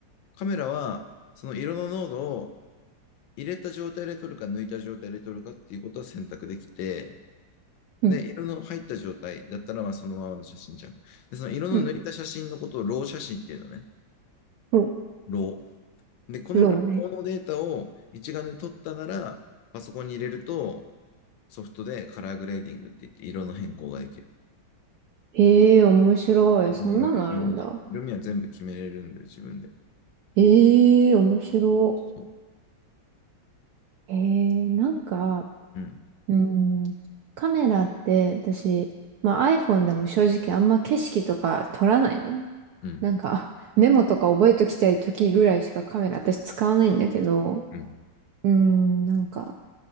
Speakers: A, on the left; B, on the right.
A: カメラは、その色の濃度を入れた状態で撮るか抜いた状態で撮るかっていうことを選択できて、
B: うん、
A: で、色の入った状態だったら、まあそのままの写真じゃん。で、その色の抜いた写真のことをロー写真っていうのね。
B: うん。お、
A: ロー。で、このローのデータを一眼で撮ったなら、
B: ローね。
A: パソコンに入れると、ソフトでカラーグレーディングって言って色の変更ができる。
B: ええ面白い。
A: 色、
B: そんなのあるんだ。
A: 色味ね。色味は全部決めれるんで、自分で。
B: ええ面白
A: そう。
B: い。ええなんか、
A: うん。
B: うん、カメラって私、まあ、iPhone でも正直あんま景色とか撮らないのね。
A: うん。
B: なんか <laughs> メモとか覚えときたい時ぐらいしかカメラ私使わないんだけど、
A: うん。
B: うーん、なんか